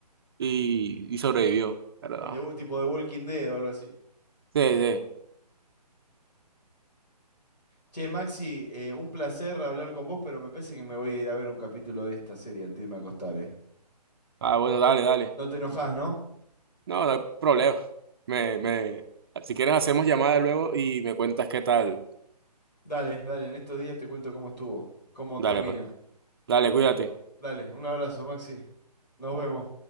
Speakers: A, on the right; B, on the left.
A: y, y sobrevivió, ¿verdad?
B: en The tipo de Walking Dead o algo así.
A: Sí, sí.
B: Che, Maxi, eh, un placer hablar con vos, pero me parece que me voy a ir a ver un capítulo de esta serie antes de irme a acostar, ¿eh?
A: Ah, bueno, dale, dale.
B: No te enojás, ¿no?
A: No, no hay problema. Me, me, si quieres hacemos llamada luego y me cuentas qué tal.
B: Dale, dale, en estos días te cuento cómo estuvo, cómo
A: Dale,
B: termina.
A: pues. Dale, cuídate.
B: Dale, un abrazo, Maxi. Nos vemos.